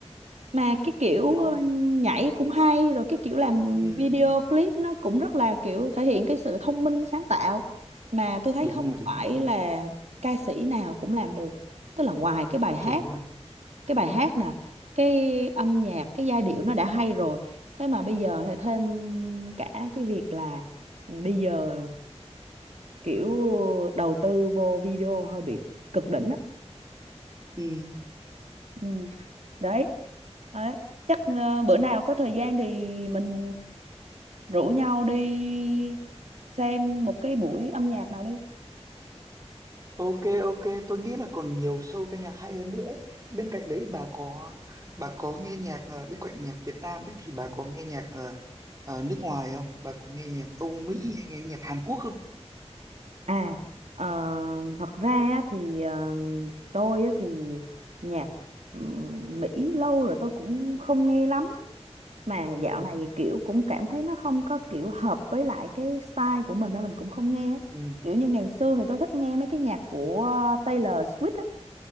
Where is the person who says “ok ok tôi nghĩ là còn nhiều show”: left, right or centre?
Right